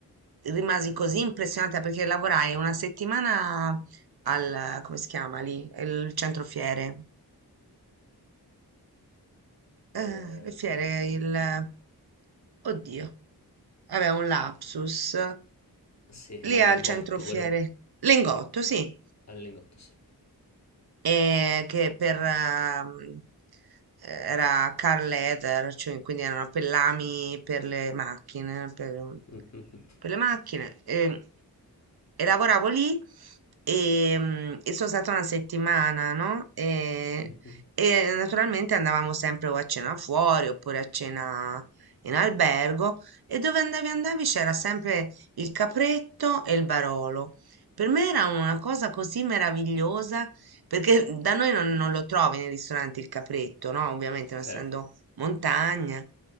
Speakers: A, on the right (about 70°); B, on the left (about 45°).
A: rimasi così impressionata perché lavorai una settimana al, come si chiama lì? Il centro fiere.
B: eh,
A: Eh, le fiere,
B: centrofiale,
A: il...
B: attore.
A: Oddio. Vabbè, un lapsus.
B: Sì, ma
A: Lì
B: al
A: al
B: lingotto,
A: centro fiere.
B: quello
A: Lingotto, sì.
B: al lingotto, sì.
A: e che per ehm, era car leather, cioè quindi erano pellami per le macchine, per-
B: Mhm,
A: per le macchine e, e lavoravo lì e, mm, e sono stata una settimana, no? E,
B: mhm.
A: e naturalmente andavamo sempre o a cena fuori oppure a cena in albergo e dove andavi andavi c'era sempre il capretto e il barolo. Per me era una cosa così meravigliosa perché da noi non, non lo trovi nei ristoranti il capretto, no? Ovviamente non
B: Certo.
A: essendo montagna.